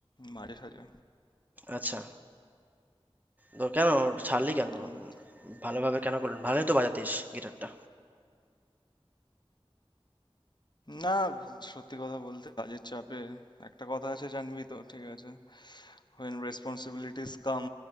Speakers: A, on the left (about 45°); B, on the right (about 15°).
A: মাঝে সাঝে
B: আচ্ছা তো কেন ছাড়লি কেন
A: উম,
B: উম, ভালোভাবে কেন করলেন ভালোই তো বাজাতিস গিটারটা
A: না সত্যি কথা বলতে কাজের চাপে একটা কথা আছে জানবি তো ঠিক আছে When responsibilities come